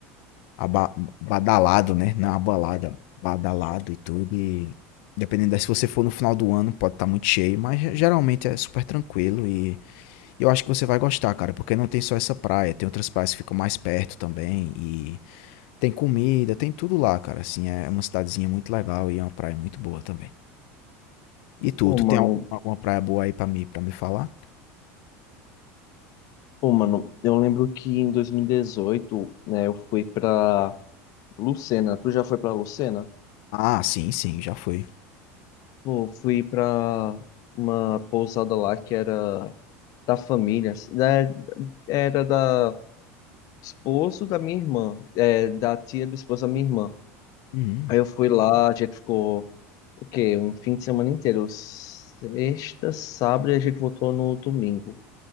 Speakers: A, on the left; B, on the left.
A: aba- badalado, né? Na balada, badalado e tudo. E dependendo da, se você for no final do ano, pode estar muito cheio, mas ge- geralmente é super tranquilo e e eu acho que você vai gostar, cara, porque não tem só essa praia, tem outras praias que ficam mais perto também e tem comida, tem tudo lá, cara. Assim, é é uma cidadezinha muito legal e é uma praia muito boa também. E tu,
B: Pô,
A: tu
B: mano,
A: tem alguma, alguma praia boa aí pra mim, para me falar?
B: Pô, mano, eu lembro que em 2018, né, eu fui pra Lucena. Tu já foi pra Lucena?
A: Ah, sim, sim, já fui.
B: Pô, fui pra uma pousada lá que era da família, assim, né, era da esposo da minha irmã, é, da tia do esposo da minha irmã.
A: Hum,
B: Aí eu fui lá, a gente ficou, o quê? Um fim de semana inteiro, sexta, sábado e a gente voltou no domingo.